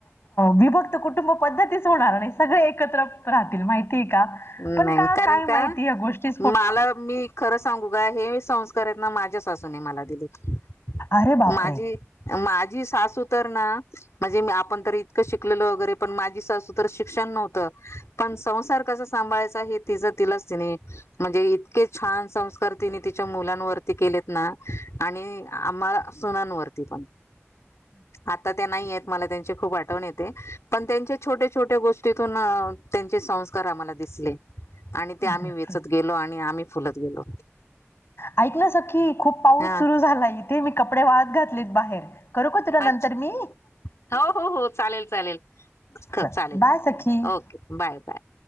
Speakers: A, on the left (about 55°); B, on the left (about 85°).
A: विभक्त कुटुंब पद्धतीच होणार नाही सगळे एकत्र राहतील माहि ठी का
B: नाही
A: पण का
B: कारण
A: काय माहिती
B: का
A: या गोष्टी
B: मला मी खरं सांगू का हे संस्कार आहेत ना माझ्या सासूने मला दिलेत
A: अरे बापरे
B: माझी, माझी सासू तर ना म्हणजे आपण तर इतकं शिकलेल वगैरे पण माझी सासू तर शिक्षण नव्हतं पण संसार कस सांभाळा यचा तिज तिलाच ति म्हणजे इतके छान संस्कार तिने तिच्या मुलांवरती के ना आणि आम्हा सुननावरती पण आता त्या नाही आहेत मला त्यांच्या त्याची खुप अठवन येते, त्यांच्या छोट्या छोट्या गोष्टीतून त्यांचे संस्कार आम्हाला दिसले आणि ते
A: अरे
B: आम्ही
A: बापरे
B: वेचत गेलो आणि आम्ही फुलत गेलो
A: ऐक ना सखी खूप पाऊस
B: हा
A: सुरु झालाय इथे मी कपडे वाळत घातलेत बाहेर करू का तुला
B: अच्छा
A: नंतर मी
B: हो हो हो चालेल चालेल ख
A: चल
B: चालेल
A: बाय सखी
B: ओके बाय बाय